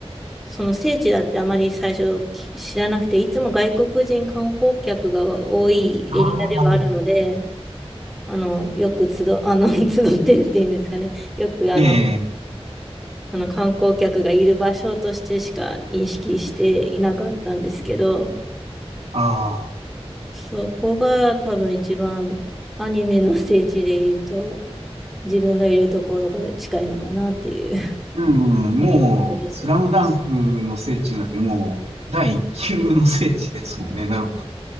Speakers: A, in the centre; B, on the right.
A: その聖地だってあまり最初き知らなくて、いつも外国人観光客が多いエリアではあるので、
B: ああ、
A: あの、よく集、<laughs> あの、<laughs> 集ってるっていうんですかね。よくあの、
B: ええ、
A: あの観光客がいる場所としてしか認識していなかったんですけど、
B: ああ、
A: そこが多分一番アニメの聖地で言うと、自分がいるところから近いのかなっていう
B: うん、もう、
A: 印象 <laughs> ですね。
B: スラムダンクの聖地なんてもう、第一級の聖地ですもんね。なるほど。